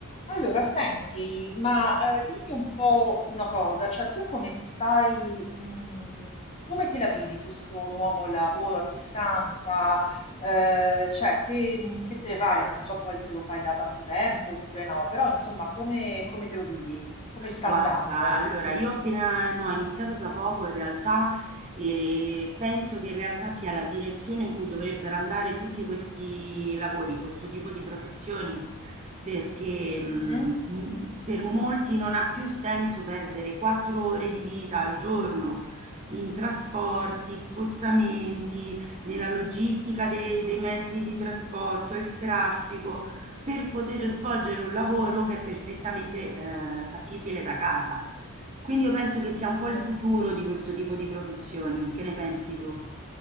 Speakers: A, on the left; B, on the right.
A: Allora, senti, ma eh, dimmi un po' una cosa, cioè tu come ti stai, mh, come te la vivi questo nuovo lavoro a distanza? Eh, cioè, che, mh, che te ne pare? Non so poi se lo fai da tanto tempo oppure no, però insomma, come, come te lo vivi? Come sta
B: Guarda,
A: andando?
B: allora io appena no, ho iniziato da poco in realtà e penso che in realtà sia la direzione in cui dovrebbero andare tutti questi lavori, questo tipo di professioni, perché mh,
A: Mhm.
B: mh, per molti non ha più senso perdere quattro ore di vita al giorno in trasporti, spostamenti, nella logistica dei, dei mezzi di trasporto, il traffico per poter svolgere un lavoro che è perfettamente, ehm, fattibile da casa. Quindi io penso che sia un
A: Sono-
B: po' il futuro di questo tipo di professioni. Che ne pensi tu?